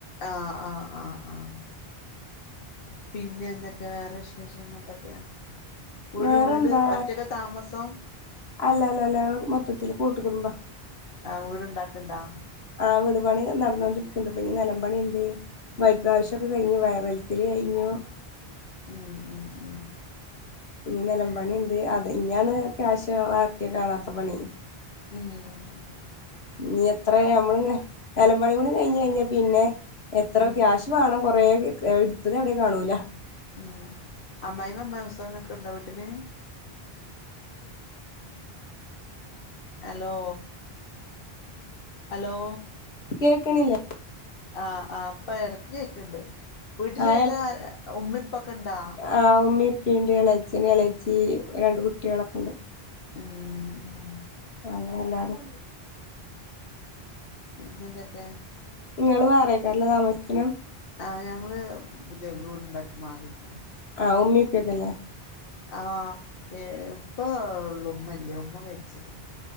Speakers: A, on the left; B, on the left.
A: ആഹ് ആഹ് ആഹ് ആഹ് പിന്നെ എന്തൊക്കെയാ വേറെ വിശേഷങ്ങള് എന്തൊക്കെയാ വീട്
B: വേറെന്താ
A: വീട് ഒറ്റക്കാ താമസം
B: അല്ല അല്ല അല്ല ഞങ്ങള് മൊത്തത്തില് കൂട്ട് കുടുംബ
A: ആഹ് വീട് ഇണ്ടാക്ക്ണ്ടാ
B: ആഹ് വീട് പണി നടന്നോണ്ടിരിക്ക്ണ്ട് ഇപ്പ ഇഞ് നെലംപണി ഇണ്ട് വൈറ്റ്വാഷ് ഒക്കെ കഴിഞ്ഞ് വയറ് വൽ ച്ചെല് കഴിഞ്ഞു
A: ഉം ഉം ഉം
B: ഇഞ് നെലം പണി ഇണ്ട് അതെ ഇഞാണ് ക്യാഷ് ചെലവാക്കിയ കാണാത്ത പണി
A: ഉം ഉം ഉം
B: ഇഞ് എത്രെ ഞമ്മള് ഇഞ് നെലംപണിം കൂടി കഴിഞ്ഞ് കഴിഞ്ഞ പിന്നെ എത്ര
A: ഉം
B: ക്യാഷ് വാണം കൊറേ ക് ഇട്ത്തെത് എവ്ടെ കാണൂല
A: ഉം അമ്മായിമ്മിം അമ്മോസനൊക്കെ ഇണ്ടോ വീട്ട്ല് ഹലോ ഹലോ
B: കേക്ക്ണ്ല്ലേ
A: ആഹ് ആ. ഇപ്പൊ എടക്ക് കേക്ക്ണ്ട്. വീട്ടിലെന്താ
B: ആ
A: ഉമ്മി ഇപ്പൊക്കെ ഇണ്ടാ.
B: ആഹ് ഉമ്മി എളച്ചന് എളെച്ചി രണ്ട് കുട്ട്യേളൊക്കെ ഇണ്ട്.
A: ഉം.
B: അങ്ങനെ എല്ലാരും.
A: പിന്നെ എന്തൊക്കെ.
B: ഇങ്ങള് വേറെക്കാരലെ താമസിച്ചിനി.
A: ആഹ് ഞങ്ങള് പുതിയ വീട്ണ്ടാക്കി മാറിയിരിക്കുന്നു.
B: ആഹ് ഉമ്മി ഇപ്പക്കല്ലെ.
A: ആഹ് ഇപ്പ ഒള്ളു. ഉമ്മ മരിച്ചിക്ക്ണ്.